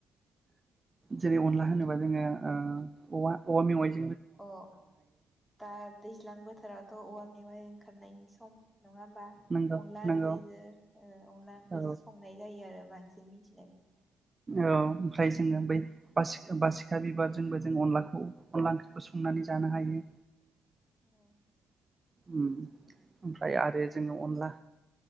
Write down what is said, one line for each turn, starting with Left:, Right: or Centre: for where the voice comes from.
Right: जेरै अनला होनोबा जोङो औ औवा मेवाइजों
Centre: अ दा दैज्लां बोथोरावथ' औवा मेवाइ ओंखारनायनि सम। नङा होमबा
Right: नंगौ
Centre: अनला
Right: नंगौ
Centre: ओंख्रिजो अनला ओंख्रिजो
Right: औ
Centre: संनाय जायो आरो बां <unintelligible>
Right: औ ओमफ्राय जोङो बै बासि बासिखा बिबार जोंबो जों अनलाखौ अनला ओंख्रिखौ संनानै जानो हायो।
Centre: औ।
Right: ओम ओमफ्राय आरो जोङो अनला